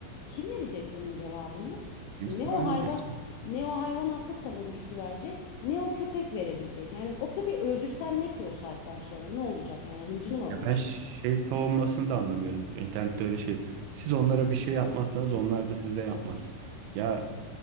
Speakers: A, on the left; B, on the right.
A: Kim verecek bunun cevabını?
B: Kimse
A: Ne o
B: vermeyecek
A: hayvan
B: canım.
A: ne o hayvan hakkı savunucusu verecek, ne o köpek verebilecek. Yani o köpeği öldürsen ne ki o saatten sonra ne olacak? Yani hıncını mı alabileceksin?
B: Ya ben şey savunmasını da anlamıyorum. İnternette öyle şey. Siz onlara bir şey yapmazsanız onlar da size yapmaz. Ya